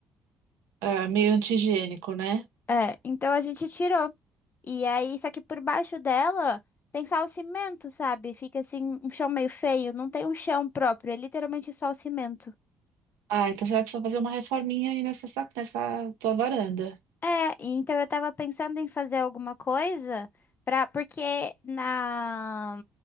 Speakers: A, on the right (about 65°); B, on the left (about 35°).
A: Ah, meio antigênico, né?
B: É, então a gente tirou. E aí, só que por baixo dela tem só o cimento, sabe? Fica assim, um chão meio feio. Não tem um chão próprio, é literalmente só o cimento.
A: Ah, então você vai precisar fazer uma reforminha aí nessa, sa- nessa tua varanda.
B: É, e então eu tava pensando em fazer alguma coisa pra. Porque na.